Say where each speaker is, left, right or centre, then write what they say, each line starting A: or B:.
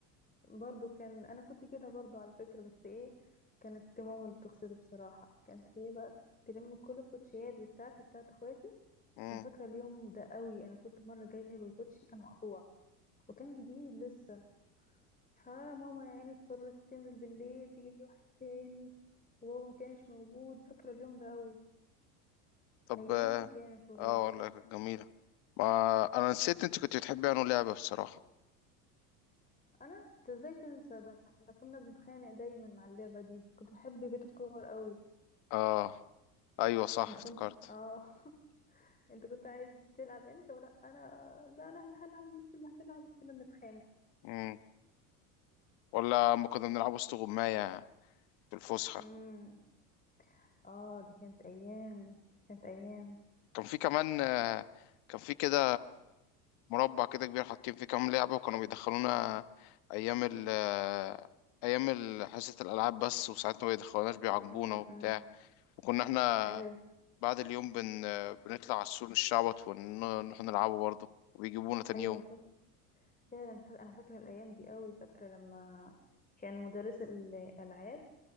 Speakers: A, on the left (about 20°); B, on the left (about 60°).
A: برضو كان انا كنت كده برضو على فكرة بس ايه كانت ماما اللي بتغسله بصراحة كانت هي بقى تلم كل الكوتشيات بتاعتي بتاعت اخواتي
B: مم.
A: انا فاكرة اليوم ده قوي انا كنت مرة جايبة الكوتشي كان مقطوع وكان جديد لسه فماما يا عيني اضطرت تنزل بالليل تجيب لي واحد تاني وبابا ما كانش موجود فاكرة اليوم ده قوي
B: طب
A: ايام
B: اه
A: كانت والله
B: آه، والله كانت جميلة ما انا نسيت
A: اه
B: انت كنت بتحبي انه لعبة بصراحة
A: انا انت ازاي تنسى ده احنا كنا بنتخانق دايما مع اللعبة دي كنت بحب بيت الكور قوي
B: اه ايوه صح
A: انت
B: افتكرت
A: كنت اه <laughs> انت كنت عايز تلعب انت ولا انا لا انا اللي هلعب وانت اللي هتلعب وكنا بنتخانق
B: مم. ولا اما كنا بنلعب وسط غماية في الفسحة
A: امم اه دي كانت ايام كانت ايام
B: كان في كمان آه، كان في كده مربع كده كبير حاطين فيه كام لعبة وكانوا بيدخلونا أيام ال آه، أيام ال- حصة الألعاب بس وساعات ما بيدخلوناش بيعاقبونا
A: امم
B: وبتاع وكنا احنا
A: ايوه
B: بعد اليوم بن آه، بنطلع على السور نشعبط ونروح نلعبه برضه وبيجيبونا تاني
A: ايوه
B: يوم
A: فعلا فا- انا فاكره الايام دي قوي فاكره لما كان مدرس الالعاب